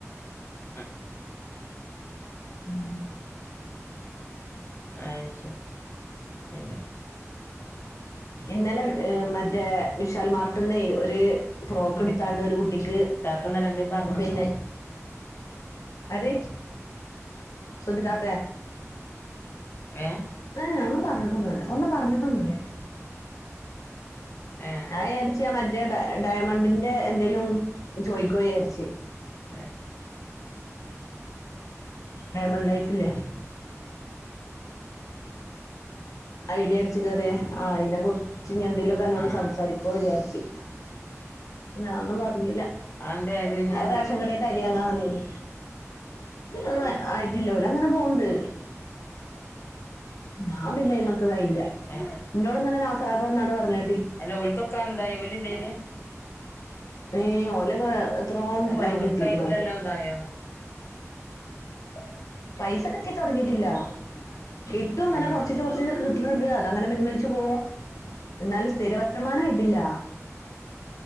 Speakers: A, on the left; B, on the left.
A: അ
B: ഉം
A: ആഹ് ശെരിയ
B: ഇന്നലെ ഏ മറ്റേ വിശാൽ മാർട്ട്ന്നെ ഒര് ഫ്രോക്ക്
A: സുബിത്ത
B: എടുത്താണ്ട് ഒരു കുട്ടിക്ക്
A: ഇത്താത്ത ഇന്നലെ എന്തേലും പറഞ്ഞോ
B: പിന്നെ ആര് സുധിതാത്തെ
A: ഏഹ്
B: ആ ഒന്നും പറ <inaudible> ഒന്നും പറഞ്ഞിട്ടൊന്നില്ലേ
A: ഏഹ്
B: അയ് വിചാരിച് മറ്റ് മറ്റേ ഡ ഡയമണ്ടിന്റെ എന്തേലും ചോയിക്കോയി വിചാരിച്ച്
A: ആ
B: ഡയമണ്ടൈസിലെ ഐഡിയ അടിച്ച് കേറിയ ആഹ് അയിനെ കുർ ച്ച് എന്തേലൊക്കെ അന്നോട്
A: ആഹ്
B: സംസാരിക്കുവോ വിചാരിച്ച് നാൻ ഒന്നും പറഞ്ഞീല
A: അതെന്തേ ആയത് പിന്നെ
B: അത് റേഷൻ കടേക് അരി വാങ്ങാൻ വന്നേന്
A: ഉം
B: ഒന്ന് ആയിട്ടില്ലോല് അങ്ങനെ പോ പ്ൾ ഞാൻ പിന്നെ ഇന്ന് ഇല്ല
A: ഏ
B: ഇന്നോടൊന്ന് ആ നാസറാക്കവന്നാണ്ട് പറഞ്ഞ്
A: അല്ല ഓൽക്കൊക്കൊ എന്തായി ഓല് ഇല്ലേയ്ല്
B: ഏ ഓലൊക്കെ എത്രോം
A: അല്ല
B: പോയിന്റ്
A: ഓൽക്കയിലെല്ലോ
B: എത്തീക്ക്ണ്
A: ഇതായോ
B: ശ പൈസ കിട്ടി തുടങ്ങിയിട്ടില്ല കിട്ടും ഇങ്ങനെ
A: ഉം
B: കൊർച്ചിച്ചെകൊർച്ചിച്ചെ കിട്ടണുണ്ട് അതങ്ങനെ പിൻവലി ച്പോ എന്നാലും സ് സ്ഥിര വരുമാനം ആയിട്ടില്ല